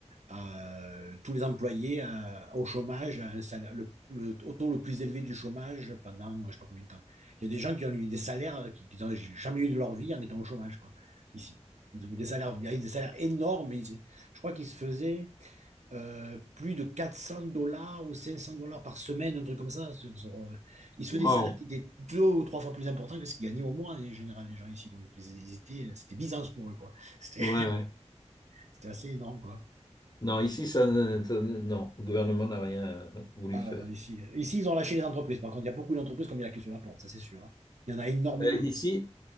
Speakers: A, on the right (about 70°); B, on the left (about 35°).
A: euh, tous les employés euh, au chômage, à un salaire, le, le- au taux le plus élevé du chômage pendant euh, je ne sais pas combien de temps. Il y a des gens qui ont eu des salaires qu'ils qui n'ont jamais eu de leur vie en étant au chômage, quoi, ici. Ils ont eu des salaires, des salaires énormes. Ils- je crois qu'ils se faisaient euh, plus de 400 dollars ou 500 dollars par semaine, un truc comme ça. euh, Ils se
B: Wow.
A: faisaient des salaires qui étaient deux ou trois fois plus importants que ce qu'ils gagnaient au mois, en général, les gens ici. Donc, ils étaient, c'était Byzance pour eux, quoi. C'était
B: Ouais, ouais.
A: c'était assez énorme, quoi.
B: Non, ici, ça, ne- ça ne- non, le gouvernement n'a rien euh, voulu
A: Ah
B: faire.
A: ouais, non, ici, ici, ils ont lâché les entreprises. Par contre, il y a beaucoup d'entreprises qui ont mis la clé sur la porte, ça c'est sûr. hein. Il y en a énormément.
B: Euh, ici,